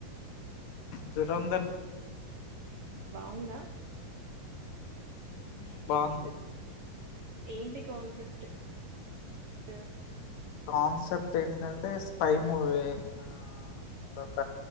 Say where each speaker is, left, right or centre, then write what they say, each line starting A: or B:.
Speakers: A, on the left; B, on the right.
A: దురంధర్
B: బాగుందా
A: ఉ బాగుంది
B: ఏంటి కాన్సెప్ట్ ఎవరు
A: కాన్సెప్ట్ ఏంటంటే స్పై మూవీ ఆ ఒక